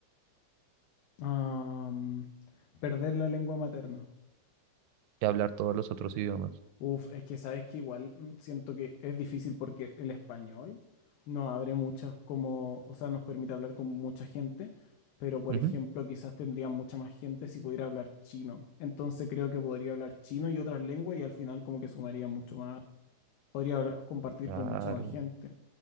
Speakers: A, on the left; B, on the right.
A: Am, perder la lengua materna.
B: Y hablar todos los otros idiomas.
A: Uf, es que sabes que igual mm, siento que es difícil porque el español no abre muchas como, o sea, nos permite hablar con mucha gente, pero por
B: Ujú.
A: ejemplo, quizás tendría mucha más gente si pudiera hablar chino. Entonces creo que podría hablar chino y otras lenguas y al final como que sumaría mucho más, podría hablar- compartir
B: Claro,
A: con mucha más gente,